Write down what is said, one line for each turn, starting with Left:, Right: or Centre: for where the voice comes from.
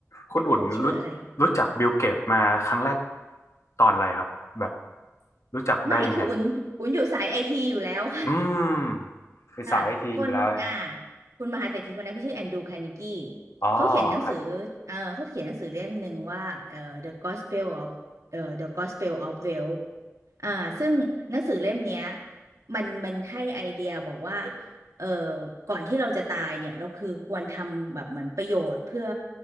Left: คุณอุ่นรู้
Right: เขาชื่ออะไร
Left: รู้จักบิลเกตมาครั้งแรกตอนอะไรครับแบบรู้จักได้ยังไง
Right: ไม่คืออุ่นอุ่นอยู่สายไอทีอยู่แล้ว <laughs>
Left: อืมเป็นสายไอทีอยู่แล้วนะ
Right: ค่ะคนอ่าคุณมหาเศรษฐีคนนั้นเขาชื่อแอนดรูว์คาร์เนกี้
Left: อ๋อ
Right: เขาเขียนหนังสือ
Left: ครับ
Right: เออเขาเขียนหนังสือเล่มหนึ่งว่าเออ The Gospel of เออ The Gospel of Wealth อ่าซึ่งหนังสือเล่มเนี้ยมันมันให้ไอเดียบอกว่าเออก่อนที่เราจะตายเนี่ยเราคือควรทำแบบเหมือนประโยชน์เพื่อ